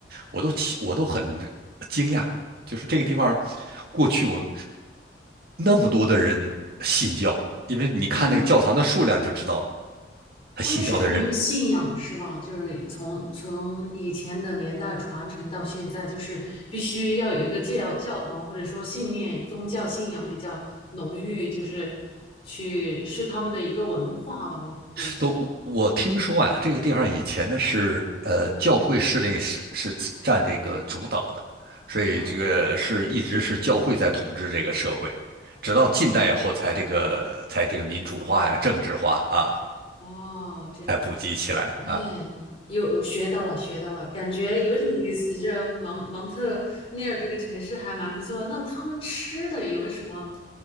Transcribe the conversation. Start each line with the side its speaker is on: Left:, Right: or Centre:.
Right: 我都奇，我都很惊讶，就是这个地方过去有那么多的人信教，因为你看那个教堂的数量就知道，
Left: 嗯。
Right: 他信教的人
Left: 他们是很有信仰，是吧？就是从从以前的年代传承到现在，就是必须要有一个教教堂，或者说信念、宗教信仰比较浓郁，就是去是他们的一个文化吧，我估计。
Right: 都我听说呀，这个地方以前呢是呃教会势力是是占这个主导的，所以这个是一直是教会在统治这个社会，
Left: 哦
Right: 直到近代以后才这个才这个民主化呀、
Left: 哦，开放，
Right: 政治化啊，
Left: 嗯哦，这样子，
Right: 才普及起来啊。
Left: 哎，
Right: 嗯
Left: 有学到了，学到了，感觉有点意思。这蒙蒙特利尔这个城市还蛮不错。那他们吃的有什么